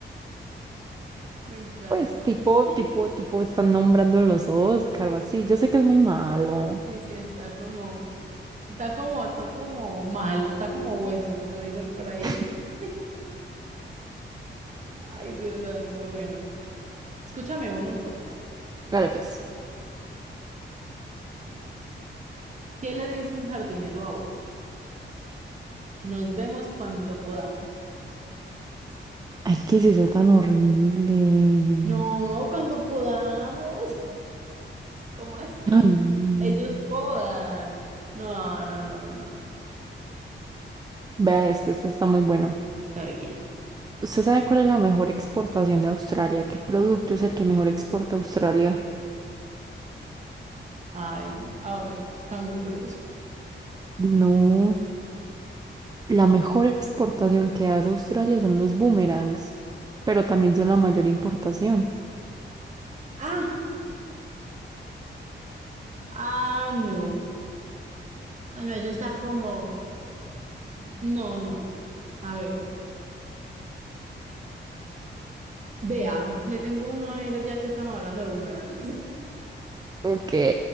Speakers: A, on the right (about 35°); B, on the right (about 20°).
A: me encanta.
B: Pues tipo,
A: Mm,
B: tipo, tipo, están nombrando en los Oscar o así, yo sé que es muy malo.
A: Sí, sí, está como, está como, está como malo, está como hueso, como dicen por ahí.
B: <laughs>
A: <laughs> Ay, Dios santo, bueno. Escúchame uno, pues.
B: Vale, pues.
A: ¿Qué le dice un jardinero a otro? Nos vemos cuando podamos.
B: Ay, ¿qué es eso tan horrible?
A: No, cuando podamos. ¿Cómo así?
B: Ay, no.
A: Ellos podan. No, no, no, no, no, no, no.
B: Vea este, este está muy bueno.
A: Está bien.
B: ¿Usted sabe cuál es la mejor exportación de Australia? ¿Qué producto es el que mejor exporta Australia?
A: Ay, ay, canguros.
B: No, la mejor exportación que hace Australia son los boomerangs, pero también son la mayor importación.
A: Ah, ah, no. Ah, no, eso está como. No, no. A ver. Vea, le tengo uno a ver ya que estamos hablando de boomerangs. <laughs>
B: Ok.